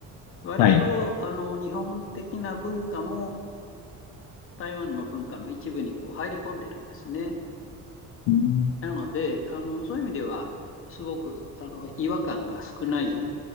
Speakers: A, on the left; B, on the left.
A: 割と、
B: はい。
A: あの、日本的な文化も台湾の文化の一部にこう入り込んでるんですね。
B: うん
A: なので、あの、そういう意味では、すごく、あの、違和感が少ない